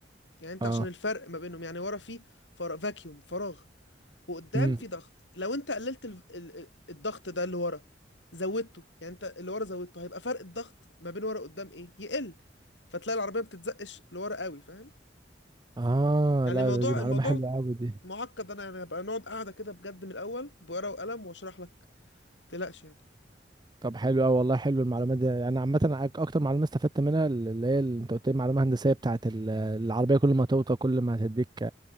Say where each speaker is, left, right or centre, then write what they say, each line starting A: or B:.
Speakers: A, on the left (about 85°); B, on the right (about 25°).
A: يعني انت
B: اه
A: عشان الفرق ما بينهم يعني ورا في فراغ فاكيوم فراغ وقدام
B: امم
A: في ضغط لو انت قللت ال- ال- ال- الضغط ده اللي ورا زودته يعني انت اللي ورا زودته هيبقى فرق الضغط ما بين ورا قدام ايه يقل فتلاقي العربيه ما بتتزقش لورا قوي فاهم
B: اه
A: يعني
B: لا
A: الموضوع
B: ده دي معلومة
A: الموضوع
B: حلوة قوي دي
A: معقد انا يعني هبقى نقعد قاعده كده بجد من الاول بورقه وقلم واشرح لك ما تقلقش يعني
B: طب حلو أوي والله حلو المعلومات دي يعني عامة أنا أك- أكتر معلومة استفدت منها اللي هي اللي أنت قلت لي معلومة هندسية بتاعة ال- العربية كل ما توطى كل ما هتديك